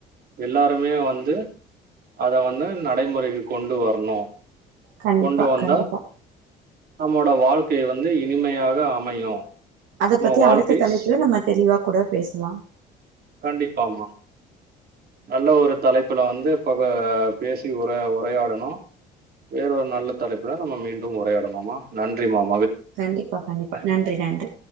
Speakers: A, on the right; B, on the right.
A: எல்லாருமே வந்து அத வந்து நடைமுறைக்கு கொண்டு வரணு
B: கண்டிப்பா
A: கொண்டு வந்தா
B: கண்டிப்பா
A: நம்மோட வாழ்க்கை வந்து இனிமையாக அமையு
B: அத
A: நம்ம
B: பத்தி
A: வாழ்க்கை
B: அடுத்த தலைப்புல
A: ஸ்-
B: நம்ம தெளிவாப் கூட பேசலாம்
A: கண்டிப்பாமா நல்ல ஒரு தலைப்புல வந்துப் பக பேசி உர உரையாடனோ வேற ஒரு நல்ல தலைப்புல நம்ம மீண்டு உரையாடனுமா நன்றி மா
B: கண்டிப்பா கண்டிப்பா நன்றி நன்றி